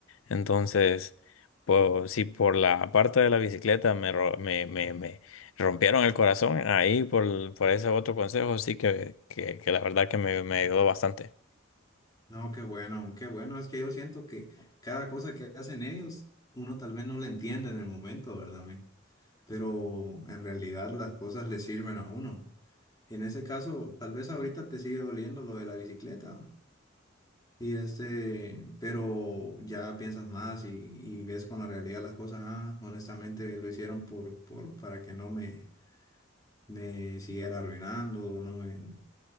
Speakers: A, on the left; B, on the left.
A: Entonces, pues si por la parte de la bicicleta me, ro- me, me, me rompieron el corazón, ahí por, por ese otro consejo sí que, que, que la verdad que me, me ayudó bastante.
B: No, qué bueno, qué bueno. Es que yo siento que cada cosa que hacen ellos, uno tal vez no la entiende en el momento, ¿verdad, men? Pero en realidad las cosas le sirven a uno. En ese caso, tal vez ahorita te sigue doliendo lo de la bicicleta. Y este, pero ya piensas más y, y ves con la realidad las cosas. Ah, honestamente lo hicieron por, por, para que no me, me siguiera arruinando, no me,